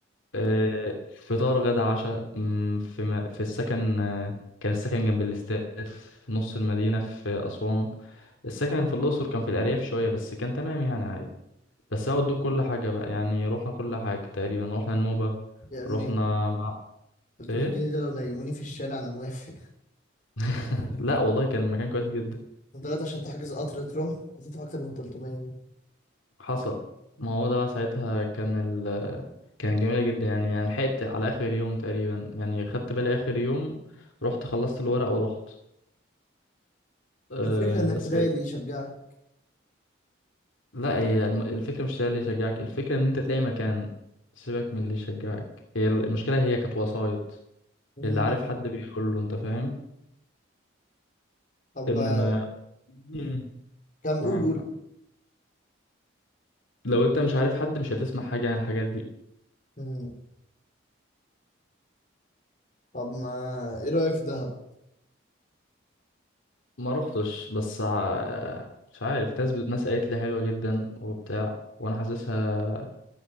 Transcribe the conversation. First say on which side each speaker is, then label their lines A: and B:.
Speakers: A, on the left; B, on the left.
A: آه فطار غدا عشاء مم، في ما في السكن آه كان السكن جنب الاستاد في نص المدينه في اسوان السكن في الاقصر كان في الارياف شويه بس كان تمام يعني عادي بس هو ادوك كل حاجه بقى يعني رحنا كل حاجه تقريبا رحنا النوبه
B: يا ابني
A: رحنا مع
B: 300
A: ايه
B: جنيه ده لو نيموني في الشارع أنا موافق
A: <laughs> لا والله كان مكان كويس جدا
B: دلوقتي عشان تحجز قطر تروح هتدفع أكتر من 300
A: حصل ما هو ده بقى ساعتها كان ال كانت جميلة جدا يعني يعني لحقت على آخر يوم تقريبا يعني خدت بالي آخر يوم رحت خلصت الورق ورحت أه
B: الفكرة إنك
A: بس
B: تلاقي اللي يشجعك
A: لا هي الم- الفكرة مش ده اللي يشجعك الفكرة إن أنت تلاقي مكان سيبك من اللي يشجعك هي المشكلة هي كانت وسايط
B: مم.
A: اللي عارف حد بيقول له أنت فاهم
B: طب
A: إنما
B: ما-
A: مم.
B: كم قول
A: معاك
B: قول
A: معاك لو أنت مش عارف حد مش هتسمع حاجة عن الحاجات دي
B: مم. طب ما إيه رأيك في دهب؟
A: ما روحتش بس ع- مش عارف ناس ناس قالت لي حلوة جدا وبتاع وانا حاسسها